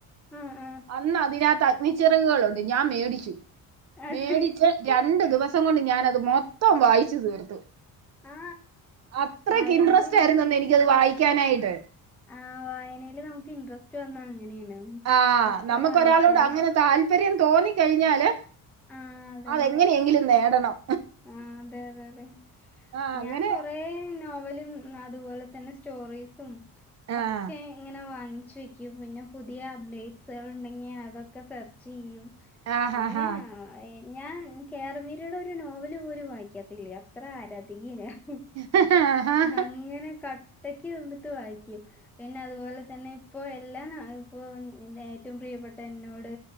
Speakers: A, in the centre; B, on the right.
A: ആ ആ
B: അന്ന് അതിനാത്ത് അഗ്നിച്ചിറകുകളുണ്ട് ഞാൻ മേടിച്ചു
A: അത്
B: മേടിച്ച് രണ്ടു ദിവസം കൊണ്ട് ഞാനത് മൊത്തം വായിച്ചു തീർത്തു
A: ആ
B: അത്രക്ക്
A: വായനയിൽ
B: ഇൻട്രസ്റ്റ്
A: ഇൻ
B: ആയിരുന്നെന്നെ എനിക്കത് വായിക്കാനായിട്ട്
A: ആഹ് വായനേല് നമുക്ക് ഇൻട്രസ്റ്റ് വന്നാ അങ്ങനെയാണ്
B: ആഹ്
A: എത്ര
B: നമുക്ക്
A: വായിച്ചാലും
B: ഒരാളോട് അങ്ങനെ താല്പര്യം തോന്നിക്കഴിഞ്ഞാല്
A: ആ അതന്നെ
B: അതെങ്ങനെയെങ്കിലും നേടണം
A: ആ അതെ അതെ അതെ
B: ആഹ് അങ്ങനെ
A: ഞാൻ കൊറേ നോവലും അതുപോലെ തന്നെ സ്റ്റോറീസും ഒക്കെ
B: ആഹ്
A: ഇങ്ങനെ വാങ്ങിച്ചു വെക്കും പിന്നെ പുതിയ അപ്ഡേറ്റ്സുകൾ ഉണ്ടെങ്കിൽ അതൊക്കെ സർച്ച് ചെയ്യും
B: ആഹ് ഹാ
A: അങ്ങനെ
B: ഹാ
A: ഞാൻ കേ ആർ മീരയുടെ ഒരു നോവല് പോലും വായിക്കാത്തെ ഇല്ല അത്ര ആരാതികയാ ഞാൻ
B: ആഹ്
A: അങ്ങനെ ക ട്ടക്ക് നിന്നിട്ട് വായിക്കും പിന്നെ അത്പോലെ തന്നെ ഇപ്പൊ എല്ലാം നാ ഇപ്പൊ എന്ത ഏറ്റൊ പ്രിയപ്പെട്ട എന്നോട്